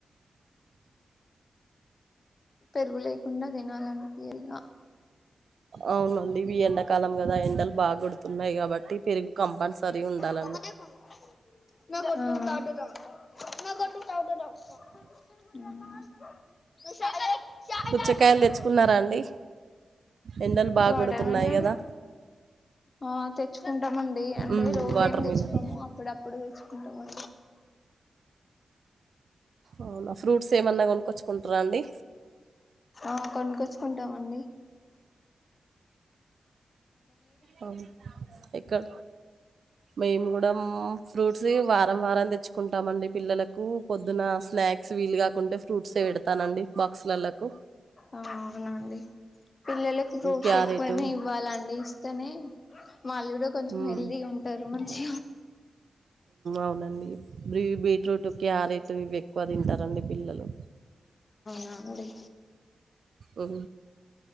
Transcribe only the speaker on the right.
అవునండివి ఎండాకాలం కదా ఎండలు బాగ కొడుతున్నాయి కాబట్టి పెరుగు కంపల్సరీ ఉండాల.
పుచ్చకాయలు తెచ్చుకున్నారా అండి ఎండలు బాగా
కొడుతున్నాయి కదా
ఉమ్
వాటర్
మిలన్
అవునా ఫ్రూట్స్ ఏమన్నా కొనుక్కొచ్చుకుంటారా అండి.
అవును ఇక్కడ మేము కూడమ్ ఫ్రూట్. వారం వారం తెచ్చుకుంటామండి. పిల్లలకు పొద్దున స్నాక్స్ వీలు కాకుంటే ఫ్రూట్స్ పెడతా. నండి బాక్సులలక్
క్యారెటు
ఉమ్
అవునండి బీ బీట్రూట్ క్యారెట్ ఇవి ఎక్కువ తింటారండి పిల్లలు.
ఉ